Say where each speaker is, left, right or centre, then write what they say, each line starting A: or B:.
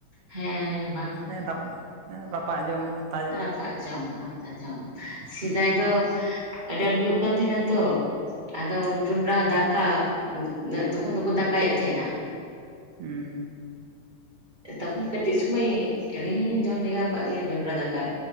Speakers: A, on the right (about 30°); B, on the right (about 70°).
A: ᱦᱮᱸ ᱾
B: ᱢᱟᱱᱮ ᱨᱟᱯ ᱨᱟᱯᱟᱜ ᱡᱚᱢᱟᱜ ᱾
A: ᱨᱟᱯᱟᱜ ᱡᱚᱢ, ᱟᱛᱟ ᱡᱚᱢ ᱥᱮᱫᱟᱭ
B: ᱦᱮᱸ
A: ᱫᱚ ᱟᱹᱰᱤ ᱟᱸᱴ ᱦᱩᱭᱩᱜ ᱠᱟᱱ ᱛᱟᱦᱮᱱᱟ ᱛᱚ ᱾ ᱟᱫᱚ ᱡᱚᱸᱰᱨᱟ ᱫᱟᱠᱟ, ᱛᱚᱠᱷᱚᱱ ᱫᱚᱠᱚ ᱫᱟᱠᱟᱭᱮᱫ ᱛᱟᱦᱮᱸᱱᱟ ᱾
B: ᱦᱩᱸ ᱻ
A: ᱛᱚᱠᱷᱚᱱ ᱠᱟᱹᱴᱤᱡ ᱥᱚᱢᱚᱭ ᱟᱹᱞᱤᱧ ᱦᱚᱞᱤᱧ ᱡᱚᱢ ᱞᱮᱜᱟᱣ ᱠᱟᱫ ᱜᱮᱭᱟ ᱡᱚᱸᱰᱨᱟ ᱫᱟᱠᱟ᱾